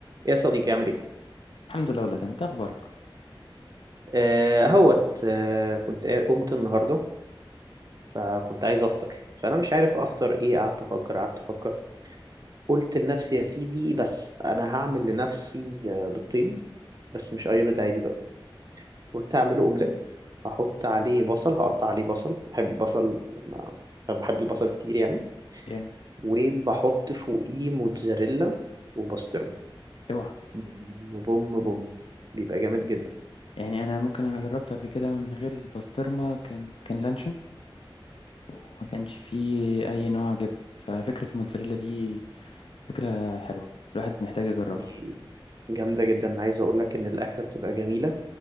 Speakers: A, on the right; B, on the left.
A: يا صديقي عامل ايه؟
B: الحمد لله والله تمام إنت اخبارك
A: آه هوت آه كنت قا- قمت النهارده فكنت عايز افطر فانا مش عارف افطر ايه قعدت افكر قعدت افكر قلت لنفسي يا سيدي بس انا هعمل لنفسي آه، بالطين بس مش اي بيض عادي بقى قلت اعمله اومليت هحط عليه بصل هقطع عليه بصل بحب البصل لما بحب البصل كتير يعني
B: جامد
A: وبحط فوقيه موتزاريلا وبسطرمه
B: اوعى
A: بوم بوم بوم بيبقى جامد جدا
B: يعني انا ممكن انا جربت قبل كده من غير البسطرمه كان كان لانشون وما كانش فيه اي نوع جبن ففكره الموتزاريلا دي فكره حلوه الواحد محتاج يجربها
A: امم جامدة جدا عايز اقول لك ان الاكلة بتبقى جميلة